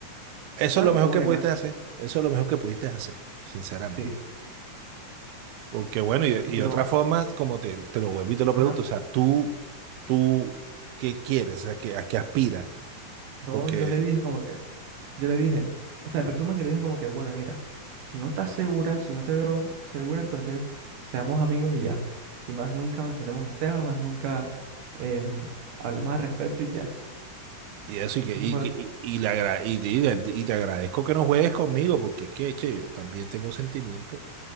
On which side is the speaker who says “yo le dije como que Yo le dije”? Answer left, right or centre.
Right